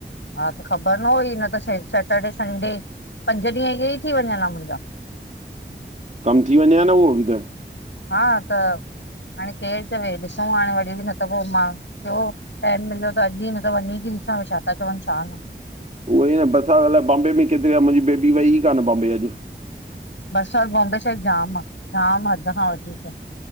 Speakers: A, on the left; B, on the right.
A: हा त, ख़बर न हुई न त शै सैटर्डे, संडे पंज ॾींहं इहे ई थी वञन हां मुंजा।
B: कम थी वञे हां न हू, बि
A: हा, त हाणे केर चवे, ॾिसूं हाणे वरी बि न त पो मां थ्यो, टैम मिल्यो त अॼ ई न त वञी ती ॾिसां, छा था चवन छा न।
B: उहोई न बसात अलाए बम्बे में केतरी आ, मुंजी बेबी वई कान बॉम्बे अॼ।
A: बरसात बॉम्बे साइड जाम आ, जाम हद खां वधीक।